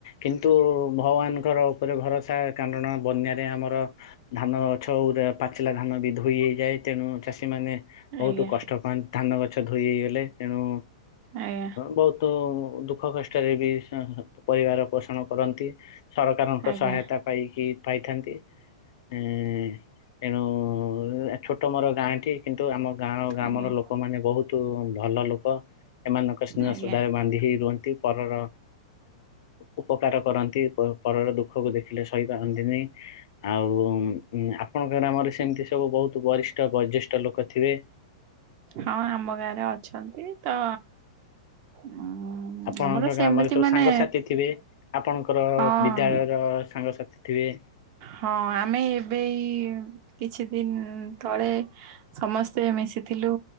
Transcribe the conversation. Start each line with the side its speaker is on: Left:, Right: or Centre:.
Left: କିନ୍ତୁ ଭଗବାନଙ୍କର ଉପରେ ଭରସା କାରଣ ବନ୍ୟାରେ ଆମର ଧାନ ପାଚିଲା ଧାନ ବି ଧୋଇ ହୋଇଇଯାଏ ତେଣୁ ଚାଷୀ ଚାଷୀ ମାନେ ବହୁତ
Right: ଆଜ୍ଞା
Left: କଷ୍ଟ ପାଆନ୍ତି ଧାନ ଗଛ ଧୋଇ ହେଇଗଲେ ତେଣୁ
Right: ଆଜ୍ଞା
Left: ବହୁତୁ ଦୁଃଖ କଷ୍ଟରେ ବି ପରିବାର ପୋଷଣ କରନ୍ତି ସରକାରଙ୍କ
Right: ଆଜ୍ଞା
Left: ସହାୟତା ପାଇକି ପାଇଥାନ୍ତି ଏ ତେଣୁ ଛୋଟ ମୋର ଗାଁଟି କିନ୍ତୁ ଆମ ଗାଁ ଗ୍ରାମର
Right: ଆଜ୍ଞା
Left: ଲୋକମାନେ ବହୁତ ଭଲ ଲୋକ। ଏମାନଙ୍କ ସ୍ନେହ
Right: ଆଜ୍ଞା
Left: ଶ୍ରଦ୍ଧାରେ ବାନ୍ଧି ହେଇ ରହି ପରର ଉପକାର କରନ୍ତି ପରର ଦୁଃଖକୁ ଦେଖିଲେ ସହିପାରନ୍ତିନି ଆଉ ଆପଣଙ୍କ ଗ୍ରାମରେ ସେମିତି ସବୁ ବହୁତ ବରିଷ୍ଠ ବୟୋଜ୍ୟେଷ୍ଠ ଲୋକ ଥିବେ?
Right: ହଁ ଆମ ଗାଁରେ ଅଛନ୍ତି ତ <unintelligible>
Left: ଆପଣଙ୍କ
Right: ଆମର ସେମିତି
Left: ଗ୍ରାମରେ ସବୁ
Right: ମାନେ
Left: ସାଙ୍ଗସାଥି ଥିବେ? ଆପଣଙ୍କର
Right: ହଁ
Left: ବିଦ୍ୟାଳୟ ର ସାଙ୍ଗସାଥି <unintelligible>
Right: ହଁ ଆମେ ଏବେ ଏଇ କିଛି ଦିନ ତଳେ ସମସ୍ତେ ମିଶିଥିଲୁ